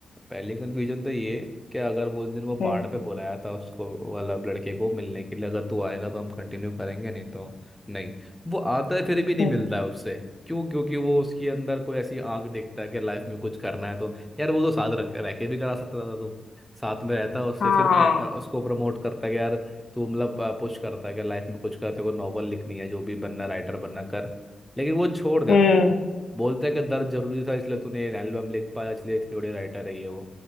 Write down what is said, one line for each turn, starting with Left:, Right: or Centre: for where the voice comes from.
Centre: पहली कन्फ्यूजन तो ये कि अगर वो उस दिन वो
Left: हम्म
Centre: पहाड़ पे बुलाया था उसको वाला लड़के को मिलने के लिए अगर तू आएगा तो हम कंटिन्यू करेंगे नहीं तो नहीं वो आता है फिर भी नहीं
Left: हम्म
Centre: मिल रहा है उससे क्यों क्योंकि वो उसके अंदर कोई ऐसी आग देखता है कि लाइफ में कुछ करना है तो यार वो तो साथ रख रह के भी करा सकता था तो साथ में रहता है उससे
Left: हाँ
Centre: फिर प्र, उसको प्रमोट करता है कि यार तू मतलब पुश करता है कि लाइफ में कुछ कर तेरे को नॉवल लिखनी है जो भी बनना राइटर बनना कर लेकिन वो छोड़ देता
Left: हम्म
Centre: है बोलते हैं कि दर्द जरूरी था इसलिए तूने ये एल्बम लिख पाया इसलिए इतनी बड़ी राइटर है ये वो